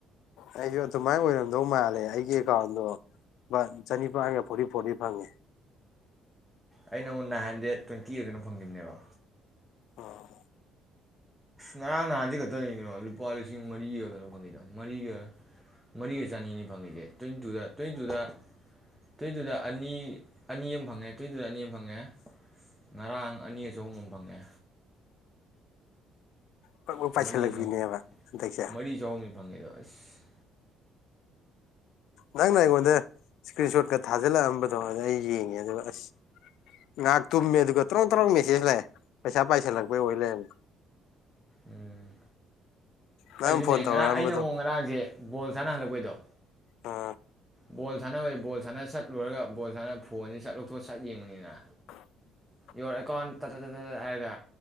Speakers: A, on the left; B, in the centre.
A: ꯑꯩꯁꯨ ꯑꯗꯨꯃꯥꯏꯅ ꯑꯣꯏꯔꯝꯗꯧ ꯃꯥꯜꯂꯦ ꯑꯩꯒꯤ ꯑꯦꯀꯥꯎꯟꯗꯣ ꯆꯅꯤꯄꯥꯟꯒ ꯐꯣꯔꯇꯤ ꯐꯣꯔꯇꯤ ꯐꯪꯉꯦ
B: ꯑꯩꯅ ꯎꯟꯅ ꯍꯟꯗꯦꯠ ꯇ꯭ꯋꯦꯟꯇꯤ ꯑꯦ ꯀꯩꯅꯣ ꯐꯪꯒꯤꯕꯅꯦꯕ
A: ꯑꯣ
B: ꯉꯔꯥꯡ ꯅꯍꯥꯟꯁꯤ ꯈꯛꯇ ꯂꯩ ꯀꯅꯣ ꯂꯨꯄꯥ ꯂꯤꯁꯤꯡ ꯃꯔꯤꯒ ꯀꯩꯅꯣ ꯐꯪꯉꯤꯗꯣ ꯃꯔꯤꯒ ꯃꯔꯤꯒ ꯆꯅꯤꯅꯤ ꯐꯪꯉꯁꯦ ꯇ꯭ꯋꯦꯟꯇꯤꯇꯨꯗ ꯇ꯭ꯋꯦꯟꯤꯇꯨꯗ ꯇ꯭ꯋꯦꯟꯇꯨꯗ ꯑꯅꯤ ꯑꯅꯤ ꯑꯃ ꯐꯪꯉꯦ ꯇ꯭ꯋꯦꯟꯇꯨꯗ ꯑꯅꯤ ꯑꯃ ꯐꯪꯉꯦ ꯉꯔꯥꯡ ꯑꯅꯤꯒ ꯆꯍꯨꯝ ꯑꯃ ꯐꯪꯉꯦ
A: ꯄꯛ ꯄꯛ ꯄꯥꯏꯁꯤꯜꯂꯛꯄꯤꯅꯦꯕ
B: ꯃꯔꯤ ꯆꯍ
A: ꯍꯟꯗꯛꯁꯦ
B: ꯃꯔꯤ ꯆꯍꯅꯤ ꯐꯪꯉꯦꯗ ꯑꯁ
A: ꯅꯪꯅ ꯑꯩꯉꯣꯟꯗ ꯏꯁꯀ꯭ꯔꯤꯟ ꯁꯣꯠꯀ ꯊꯥꯖꯤꯜꯂꯛꯑꯝꯕꯗꯣ ꯑꯗꯨ ꯑꯩ ꯌꯦꯡꯉꯦ ꯑꯗꯨꯒ ꯑꯁ ꯉꯥꯏꯍꯥꯛ ꯇꯨꯝꯃꯦ ꯑꯗꯨꯒ ꯇꯔꯪ ꯇꯔꯪ ꯃꯦꯁꯦꯖ ꯂꯥꯛꯑꯦ ꯄꯩꯁꯥ ꯄꯥꯏꯁꯤꯜꯂꯛꯄꯩ ꯑꯣꯏ ꯂꯩꯕꯅꯦ
B: ꯎꯝ
A: ꯅꯪ
B: ꯑꯩꯁꯨꯅꯦ
A: ꯐꯣꯟ ꯇꯧꯔꯛꯑꯝꯕꯗꯣ
B: ꯉꯔꯥꯡ ꯑꯩꯅ ꯑꯃꯨꯛ ꯉꯔꯥꯡꯁꯦ ꯕꯣꯜ ꯁꯥꯟꯅꯍꯜꯂꯛꯄꯩꯗꯣ
A: ꯑꯥ
B: ꯕꯣꯜ ꯁꯥꯟꯅꯅꯕ ꯕꯣꯜ ꯁꯥꯟꯅꯠꯂꯨꯔꯒ ꯕꯣꯜ ꯁꯥꯟꯅ ꯐꯣꯟꯁꯦ ꯆꯠ ꯂꯧꯊꯣꯛ ꯁꯠ ꯌꯦꯡꯕꯅꯤꯅ
A: <inaudible>
B: ꯌꯣꯔ ꯑꯦꯀꯥꯎꯟ ꯇꯥꯠꯠ ꯇꯠꯠ ꯍꯥꯏꯔꯒ